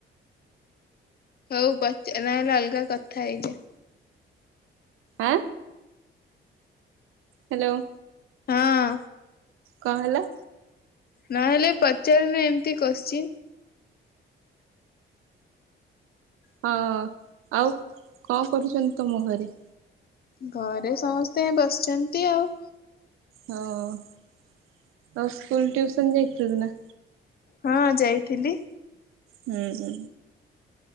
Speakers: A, on the left; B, on the right.
A: ହଉ ପଚ ନା ହେଲେ ଅଲଗା କଥା ହେଇଯା।
B: ଆଁ। ହ୍ୟାଲୋ।
A: ହଁ।
B: କଅଁ ହେଲା।
A: ନହେଲେ ପଚାରନୁ ଏମିତି କୋଶ୍ଚିନ୍।
B: ହଁ ଆଉ କଅଁ କରୁଛନ୍ତି ତମ ଘରେ?
A: ଘରେ ସମସ୍ତେ ବସିଛନ୍ତି ଆଉ
B: ହଁ ଆଉ ସ୍କୁଲ ଟ୍ୟୁସନ ଯାଇଥିଲୁ ନା।
A: ହଁ ଯାଇଥିଲି।
B: ହୁଁ ହୁଁ।